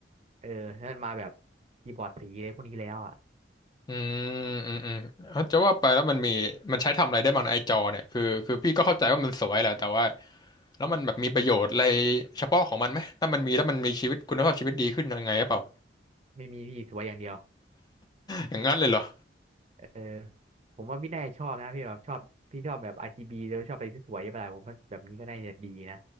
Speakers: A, on the right; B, on the left.
A: เออแล้วมันมาแบบคีย์บอร์ดสีอะไรพวกนี้แล้วอ่ะ
B: อืมอืมอืมเอ้าจะว่าไปแล้วมันมีมันใช้ทำอะไรได้บ้างนะไอจอเนี่ยคือคือพี่ก็เข้าใจว่ามันสวยแหละแต่ว่าแล้วมันแบบมีประโยชน์อะไรเฉพาะของมันไหมถ้ามันมีแล้วมันมีชีวิตคุณภาพชีวิตดีขึ้นยังไงหรือเปล่า
A: ไม่มีพี่สวยอย่างเดียว
B: อย่างนั้นเลยเหรอ
A: เออผมว่าพี่แน่ชอบนะพี่แบบชอบพี่ชอบแบบ RGB แล้วชอบอะไรที่สวยๆอะไรผมว่าแบบนี้ก็น่าจะดีนะ